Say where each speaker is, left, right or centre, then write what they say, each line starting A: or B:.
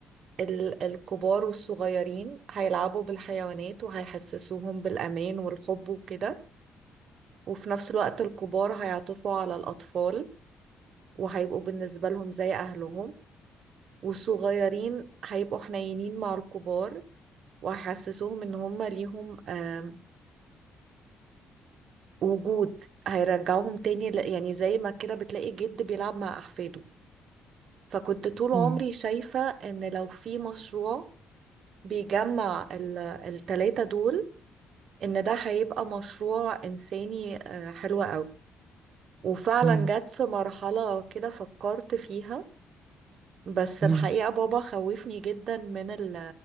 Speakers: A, on the right; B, on the right.
A: ال- الكبار والصغيرين هيلعبوا بالحيوانات وهيحسسوهم بالأمان والحب وكده وفي نفس الوقت الكبار هيعطفوا على الأطفال وهيبقوا بالنسبة لهم زي أهلهم والصغيرين هيبقوا حنينين مع الكبار وهيحسسوهم إن هما ليهم آم، وجود هيرجعوهم تاني ل- يعني زي ما كده بتلاقي جد بيلعب مع أحفاده فكنت طول عمري
B: مم،
A: شايفة ان لو في مشروع بيجمع ال- التلاتة دول ان ده هيبقى مشروع انساني آه، حلو قوي وفعلا
B: مم،
A: جت في مرحلة كده فكرت فيها بس
B: مم.
A: الحقيقة بابا خوفني جدا من ال